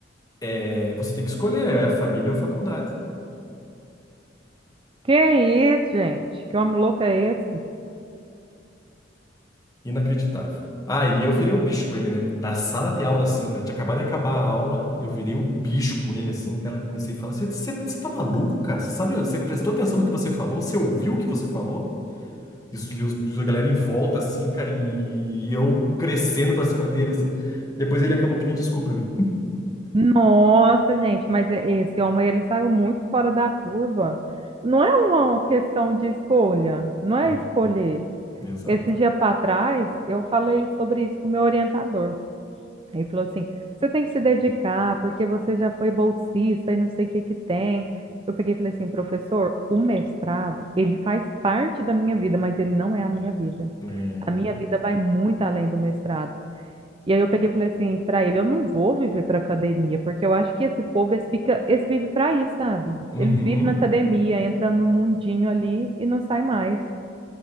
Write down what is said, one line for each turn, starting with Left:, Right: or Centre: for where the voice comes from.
Left: é, você tem que escolher, é a família ou a faculdade.
Right: Que isso, gente? Que homem louco é esse?
Left: Inacreditável. Aí eu virei o bicho com ele, né? Na sala de aula, assim, cara. Tinha acabado de acabar a aula, eu virei o bicho com ele, assim, cara. Comecei a falar: Você tá maluco, cara? Você sabe, você prestou atenção no que você falou? Você ouviu o que você falou? Isso, e os, a galera em volta, assim, cara, e eu crescendo pra cima dele, assim. Depois ele acabou pedindo desculpa pra mim.
Right: Nossa, gente, mas e- esse homem ele saiu muito fora da curva. Não é uma questão de escolha, não é
Left: Hum,
Right: escolher.
Left: Exato.
Right: Esse dia para trás, eu falei sobre isso com o meu orientador. Ele falou assim: você tem que se dedicar, porque você já foi bolsista e não sei o que que tem. Eu peguei e falei assim: professor, o mestrado, ele faz parte da minha vida, mas ele não é a minha vida.
Left: É...
Right: A minha vida vai muito além do mestrado. E aí eu peguei e falei assim para ele: eu não vou viver para academia, porque eu acho que esse povo, eles fica, eles vivem para isso, sabe?
Left: Uhum.
Right: Eles vivem na academia, entra no mundinho ali e não sai mais.